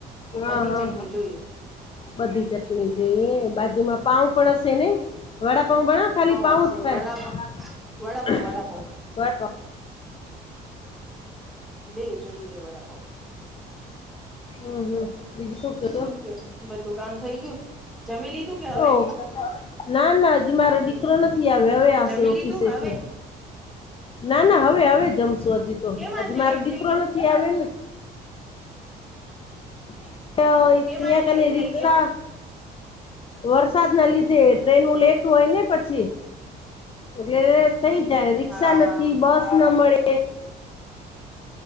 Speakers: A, on the left; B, in the centre.
A: હા
B: બધી
A: હા
B: ચટણી જોઈએ.
A: બધી ચટણી જોઈએ, બાજુમાં પાઉ પણ હશે નઈ? વડાપઉ બનાવે ખાલી પાઉ
B: હશે
A: જ ખાય.
B: વડાપઉ વડાપઉ વડાપઉ બે જોઈએ વડાપાંવ.
A: હમ હમ. બીજું કે
B: શું
A: છો
B: કયોસ? બધું કામ થઈ ગયું? જમી લીધું કે હવે?
A: ઓ ના ના હજી મારો દીકરો નથી આવ્યો હવે આવશે
B: જમી
A: ઓફિસેથી.
B: લીધું હવે
A: ના ના હવે હવે જમશું હજી તો
B: કેમ આજે
A: હજી મારો
B: લેટ
A: દીકરો
B: થઈ ગયો
A: નથી આવ્યો ને. <unintelligible>
B: કેમ આજે લેટ
A: ની
B: થઈ
A: રિક્શા
B: ગયો
A: વરસાદ ના લીધે ટ્રેનું લેટ હોય ને પછી એટલે થઈ જાય રિક્સા
B: હા
A: નથી બસ ના મળે <unintelligible>